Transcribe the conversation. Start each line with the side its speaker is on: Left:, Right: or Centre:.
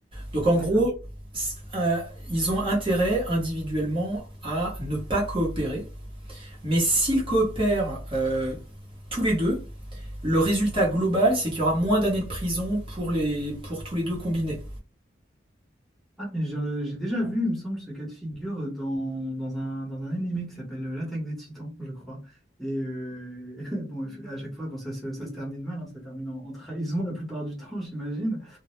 Right: Donc en
Centre: D'accord.
Right: gros, s- euh, ils ont intérêt individuellement à ne pas coopérer, mais s'ils coopèrent euh, tous les deux, le résultat global, c'est qu'il y aura moins d'années de prison pour, les, pour tous les deux combinés.
Centre: Ah, mais je- j'ai déjà vu, il me semble, ce cas de figure dans, dans un, dans un animé qui s'appelle euh, L'Attaque des Titans, je crois. Et euh, <laughs> bon, à chaque fois, bon, ça, se ça se termine mal, hein, ça termine en, en trahison la plupart du <laughs> temps, j'imagine.